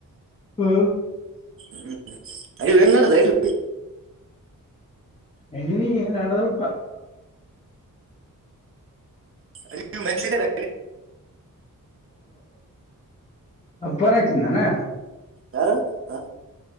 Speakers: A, on the left (about 20°); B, on the right (about 40°).
A: ಹ್ಮ
B: ಹ್ಮ್ ಐದು ಹೆಂಗ್ ನಡದ ಐದು
A: ಎ ನದಳಪ <unintelligible>
B: ಅ ಮಷ <unintelligible>
A: ಅಪ್ಪ ಫೋನ್ ಹಚ್ಚಿದ್ ನೀನು
B: ಯಾರು ಆ,